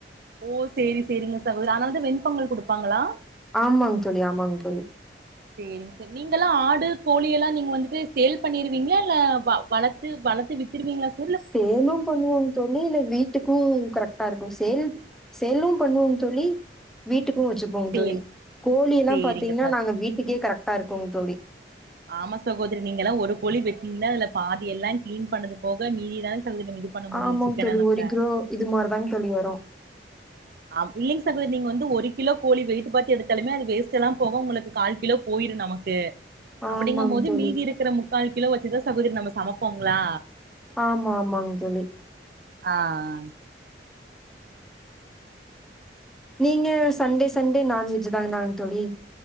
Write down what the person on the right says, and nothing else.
ஓ சேரி சேரிங்க சகோதிரி அனால தா வெண்பொங்கல் குடுப்பாங்களா
சேரிங் செ நீங்கல்லா ஆடு கோழி எல்லா நீங்க வந்துட்டு சேல் பண்ணிருவீங்களா இல்ல வளத்து வளத்து வித்துருவீங்களா ச
சேரி
சேரிங்க
சகோ
ஆமா சகோதிரி நீங்க எல்லா ஒரு கோழி வெட்டீங்னா இல்ல பாதி எல்லா கிளீன் பண்ணது போக மீதிதானே சகோதிரி நம்ம இது பண்ண முடியு
சிக்கன
நம்ப
ஆப்டி ல்லேங் சகோதிரி நீங்க வந்து ஒரு கிலோ கோழி வெயிட்டு பாத்து எடுத்தாலுமே அது வேஸ்ட் எல்லா போக உங்களுக்கு கால் கிலோ போயிரு நமக்கு
அப்டிங்கம்போது
மீதி இருக்குற மு க்கால் கிலோ வச்சுதா சகோதிரி நம்ம சமப்போங்ளா
ஆ ஆ